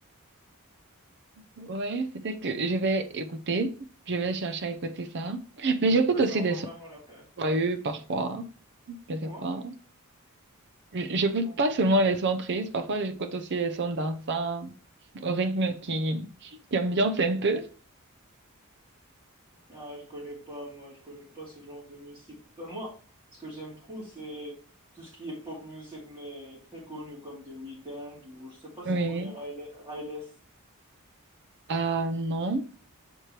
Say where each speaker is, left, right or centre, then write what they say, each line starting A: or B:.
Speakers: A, on the right; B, on the right.
A: ouais, peut-être que je vais écouter. Je vais chercher à écouter ça. Mais j'écoute
B: Ouais, ça
A: aussi
B: en
A: des
B: vaut
A: sons
B: vraiment la peine.
A: joyeux parfois. Je sais
B: Quoi?
A: pas. J- J'écoute
B: Non.
A: pas seulement les sons tristes. Parfois, j'écoute aussi les sons dansants au rythme qui, qui ambiance un peu.
B: Ah, je connais pas, moi, je connais pas ce genre de musique. Enfin, moi, ce que j'aime trop, c'est tout ce qui est pop music, mais très connu, comme The Weeknd, ou je sais pas si
A: Oui.
B: tu connais Riley, Riley.
A: Ah non.